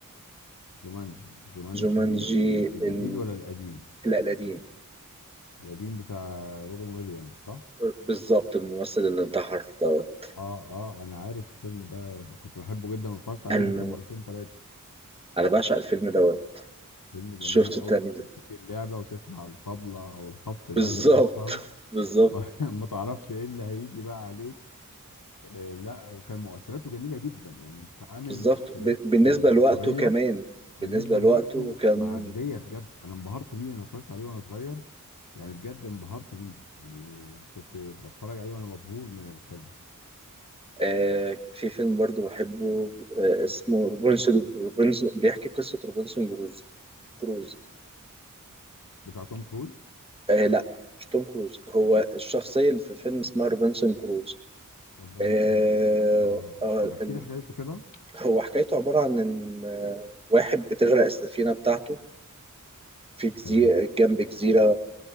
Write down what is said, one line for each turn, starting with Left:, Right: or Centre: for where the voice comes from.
Left: جومانجي جومانجي
Right: جومانجي
Left: الجديد
Right: ال...
Left: ولا القديم
Right: لا القديم
Left: القديم بتاع روبن ويليامز صح؟
Right: بالظبط الممثل اللي انتحر دوت
Left: اه اه انا عارف الفيلم ده كنت بحبه جدا واتفرجت عليه
Right: أنا
Left: يمكن مرتين ثلاثه
Right: أنا بعشق الفيلم دوت
Left: فيلم جميل
Right: شفته
Left: اول
Right: تاني
Left: ما بتبتدي اللعبه وتسمع الطبله او الخبط ده
Right: بالظبط
Left: اللي بيحصل
Right: <laughs> بالظبط
Left: <laughs> وما تعرفش ايه اللي هيجي بقى عليك آه لا كان مؤثراته جميله جدا يعني انت عامل
Right: بالظبط
Left: مؤثرات
Right: ب... بالنسبة
Left: آه بصريه
Right: لوقته كمان بالنسبة
Left: بالنسبه
Right: لوقته
Left: لوقته
Right: كان
Left: معديه بجد انا انبهرت بيه انا اتفرجت عليه وانا صغير يعني بجد انبهرت بيه يعني كنت بتفرج عليه وانا مبهور من الفيلم
Right: آه، في فيلم برضو بحبه آه، اسمه روبنسون روبنسون بيحكي قصة روبنسون كروز كروز
Left: بتاع توم كروز
Right: آه لا مش توم كروز هو الشخصية اللي في الفيلم اسمها روبنسون كروز
Left: ربان
Right: آه
Left: سمكو اه
Right: آه
Left: طب احكي
Right: ال-
Left: لي حكايته كده
Right: هو حكايته عبارة عن إن آه، واحد بتغرق السفينة بتاعته في جزيرة
Left: تمام
Right: جنب جزيرة